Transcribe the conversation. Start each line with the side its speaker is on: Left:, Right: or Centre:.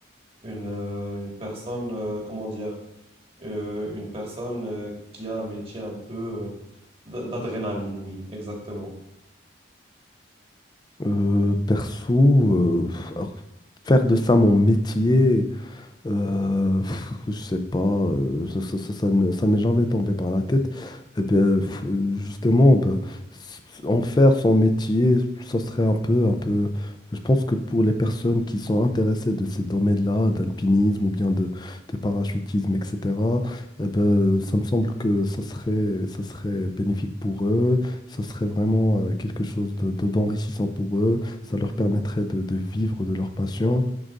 Right: une, euh, une personne, euh, comment dire, euh, une personne euh, qui a un métier un peu euh, d- d'adrénaline, oui, exactement.
Left: Euh, perso, euh, f- alors, faire de ça mon métier. Euh, pff, je sais pas, euh, ça, ça, ça, ça ne- ça m'est jamais tombé par la tête. Eh bien, pff, euh, justement, ben, s- s- en faire son métier, ça serait un peu, un peu. Je pense que pour les personnes qui sont intéressées de ces domaines-là, d'alpinisme ou bien de, de parachutisme, etc., eh ben, ça me semble que ça serait, ça serait bénéfique pour eux. Ça serait vraiment euh, quelque chose de, de- d'enrichissant pour eux. Ça leur permettrait de, de vivre de leur passion.